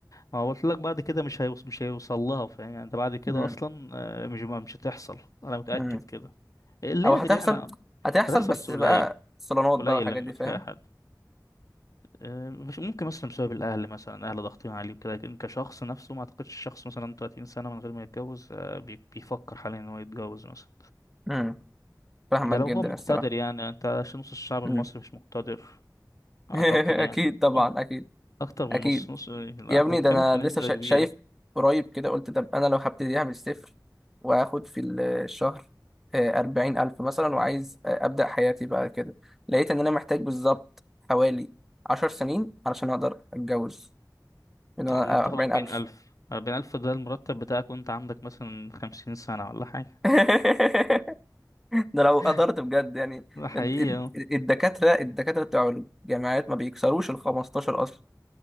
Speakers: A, on the left; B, in the centre.
A: ما هو قلت لك بعد كده مش هيوص مش هيوصل لها فاهم يعني انت بعد كده
B: مم.
A: اصلا آه، مش مش هتحصل انا متأكد
B: مم.
A: كده اللي
B: او
A: قادر
B: هتحصل
A: يعني آه،
B: هتحصل
A: هتحصل
B: بس
A: بس قليل
B: بقى صالونات
A: قليل
B: بقى والحاجات
A: لما
B: دي فاهم
A: تلاقي حد آه، مش ممكن مثلا بسبب الاهل مثلا اهل ضاغطين عليه وكده لكن كشخص نفسه ما اعتقدش الشخص مثلا 30 سنه من غير ما يتجوز آه، بي- بيفكر حاليا ان هو يتجوز مثلا
B: مم. فاهمك
A: ده لو
B: جدا
A: هو مقتدر
B: الصراحه
A: يعني انت عشان نص الشعب المصري
B: مم.
A: مش مقتدر اعتقد
B: <laughs>
A: يعني
B: اكيد طبعا
A: <laughs>
B: اكيد
A: اكتر من
B: اكيد
A: نص نص لا
B: يا
A: احنا
B: ابني
A: بنتكلم
B: ده انا
A: في نسبه
B: لسه شا-
A: كبيره
B: شايف قريب كده قلت طب انا لو هبتديها من الصفر وهاخد في ال- الشهر آه، أربعين ألف مثلا وعايز آه، أبدأ حياتي بقى كده لقيت إن أنا محتاج بالظبط حوالي عشر سنين علشان أقدر أتجوز إن أنا
A: ممكن تاخد
B: آه، أربعين ألف
A: 40000 40000 ده المرتب بتاعك وانت عندك مثلا 50 سنه ولا حاجه
B: <laughs> ده لو
A: <laughs>
B: قدرت بجد يعني
A: ده حقيقي
B: الد- الد-
A: آه.
B: الدكاترة الدكاترة بتوع الجامعات ما بيكسروش ال 15 أصلا